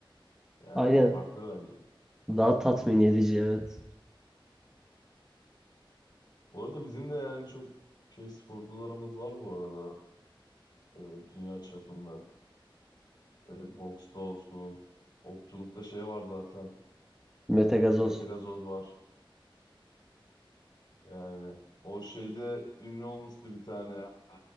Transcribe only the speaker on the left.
yani
farklı bence.
Bu arada bizim de yani çok şey sporcularımız var bu arada. e, dünya çapında. E, boksta olsun. Okçulukta şey var zaten.
Mete Gazoz var. Yani o şeyde ünlü olmuştu bir tane e,